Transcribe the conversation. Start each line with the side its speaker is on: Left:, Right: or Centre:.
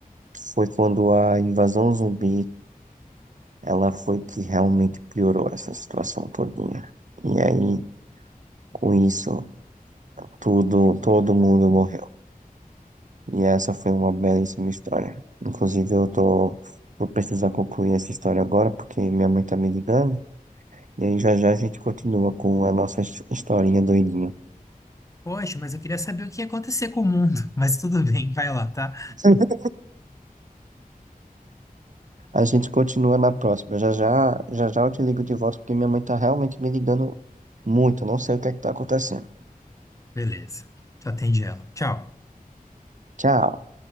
Right: foi quando a invasão zumbi, ela foi que realmente piorou essa situação todinha. E aí, com isso, tudo, todo mundo morreu. E essa foi uma belíssima história. Inclusive, eu tô, vou precisar concluir essa história agora, porque minha mãe tá me ligando. E aí, já já a gente continua com a nossa his- historinha doidinha.
Left: Poxa, mas eu queria saber o que ia acontecer com o mundo. <laughs> Mas tudo bem, vai lá, tá?
Right: <laughs> A gente continua na próxima. Já já, já já eu te ligo de volta porque minha mãe tá realmente me ligando muito. Não sei o que é que tá acontecendo.
Left: Beleza. Tu Atende ela. Tchau.
Right: Tchau.